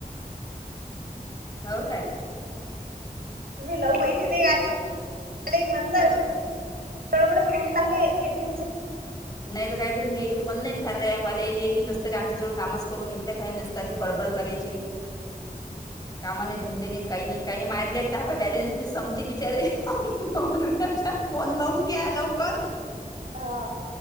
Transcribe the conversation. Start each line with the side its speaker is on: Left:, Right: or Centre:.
Left: हाव काय
Right: तुम्ही लव पाहिजे नाही का मांजर तड म्हण फणलामे <inaudible>
Left: नाही तर काय तर मी तेई फोनलाईन कर र आप आलालेले की नसतते कामच्याड काम करून घेतलं काय नसते. त्याची बडबड करायची कामाने धंदेने काही नाही काही नाही माारितले एक बॅलेन्स बी संपती बिचारे फोन लावून घ्या लवकर
Right: हा